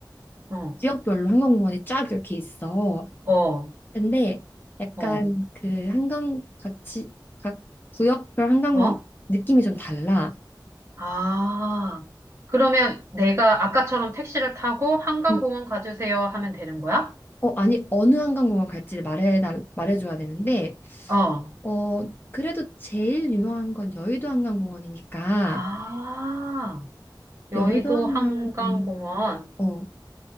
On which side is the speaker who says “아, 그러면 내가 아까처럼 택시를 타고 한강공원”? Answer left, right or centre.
Right